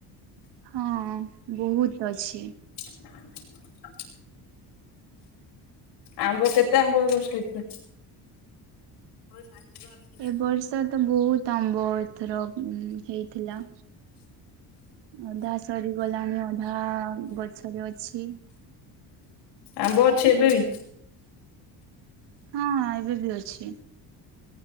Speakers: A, on the right; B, on the left.
A: ହଁ ବହୁତ୍ ଅଛି।
B: <inaudible> ଆମ୍ବ କେତେ ଆମ୍ବ ଏ ବର୍ଷ ହେଇଥିଲା। ଆଉ ପାଞ୍ଚର <inaudible>
A: ଏ ବର୍ଷ ତ ବହୁତ୍‌ ଆମ୍ବ ଏଥର ହେଇଥିଲା। ଅଧା ସରିଗଲାଣି ଅଧା ଗଛରେ ଅଛି।
B: ଆମ୍ବ ଅଛି ଏବେ ବି।
A: ହଁ ଏବେ ବି ଅଛି।